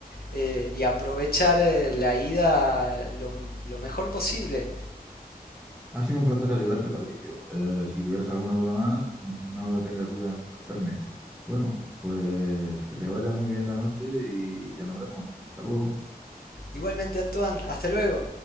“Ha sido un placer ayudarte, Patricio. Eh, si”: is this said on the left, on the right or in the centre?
Centre